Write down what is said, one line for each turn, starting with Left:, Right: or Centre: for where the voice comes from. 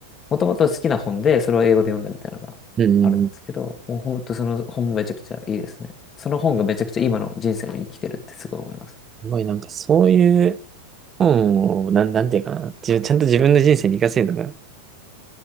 Left: もともと好きな本で、それを英語で読んだみたいなのがあるんですけど、
Right: うん、うんうん。
Left: もう本当その本もめちゃくちゃいいですね。その本がめちゃくちゃ今の人生に生きてるってすごい思います。
Right: すごいなんかそういう本を、なん、なんていうかな。自分ちゃんと自分の人生に活かせるのが、